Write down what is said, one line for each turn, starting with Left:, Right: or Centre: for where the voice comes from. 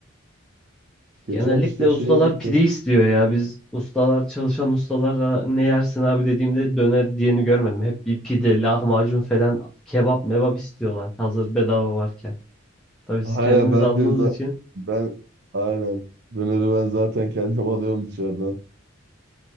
Right: Geçen
Centre: Genellikle
Right: işte
Centre: ustalar
Right: şeye gittim.
Centre: pide istiyor ya. Biz ustalar çalışan ustalara ne yersin abi dediğimde döner diyeni görmedim. Hep bir pide, lahmacun falan kebap mebap istiyorlar. Hazır bedava varken. Tabii siz
Right: Aynen
Centre: kendiniz
Right: ben
Centre: aldığınız
Right: diyor da
Centre: için
Right: ben aynen döneri ben zaten kendim <laughs> alıyorum dışarıdan.